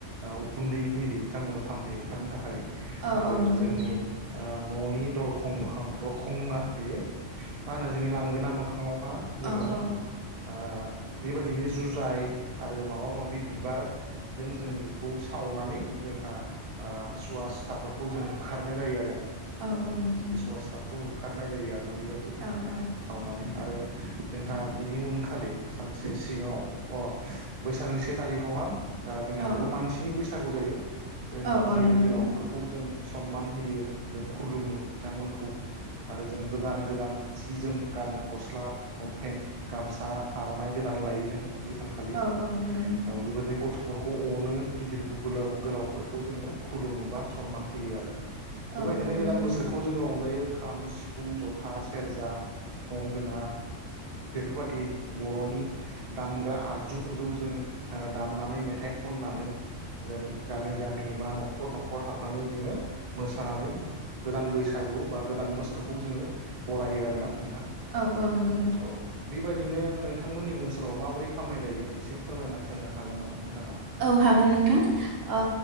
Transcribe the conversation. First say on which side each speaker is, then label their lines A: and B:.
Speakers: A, on the right; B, on the right.
A: उखुन्दै होयो बिथां थामफै खारनो थाखाय
B: औ
A: आरो
B: औ नंगौ
A: जोंनि
B: नोंथां
A: आ न'नि दर दरखं मोखां दरखं नङा बेयो मा होनो जोंनि लांगोना मोखाङाव मा जोङो
B: औ औ
A: ओ बेबायदिनो जुजाय आरो माबा माबि बिबारजों जों बेखौ सावनानै जोंहा ओ सुवा सुथाफोरखौ जों होखारनाय जायो आरो
B: औ औ नंगौ
A: अबस्थाफोरखौ होखारनाय जायो आरोना बेबायदि
B: औ औ
A: सावनानै आरो जोंहा बिनि उनखालि सानसे सिगाङाव अ बैसागोनि से थारिखआवहा ओ जोंहा
B: औ
A: बेव मानसिनि बैसागु जायो जों
B: औ
A: गिदिर
B: औ नंगौ
A: गोलावफोरखौ
B: नोंथां
A: जों सनमान होयो जों खुलुमो बिथांमोनखौ आरो जों गोदान गोदान जि जोम गानो गस्ला लमपेेन गाम सा आरनाइ गोदान लायो जों बे सानखालि
B: औ औ नंगौ नोंथां
A: औ बेबायदिनो गथ फोरखौ अनो गिदिर गोलाव गोलावफोरखौ जोङो खुलुमोबा सनमान होयो आरो बेबायदिनो
B: औ औ नंगौ
A: गोदान
B: नंगौ
A: बोसोरखौ जोङो रंजायो खाम सिफुं जथा सेरजा गंगोना बेफोरबादि बरनि दामग्रा आगजुफोरजों जों ओ दामनानै मेथाइ खननानै जों गामि गामि बा नखर नखर हाबनानै जोङो मोसानानै गोदान बैसो बैसागु बा गोदान बोसोरखौ जोङो बरायो आरोना नोंथां
B: औ औ नंगौ नोंथां
A: औ बेबायदिनो नोंथांमोननि ओनसोलाव माबोरै खालामनाय जायो एसे फोरमायना होनो हागोन नामा नोंथाङा
B: औ हागोन नोंथां ओ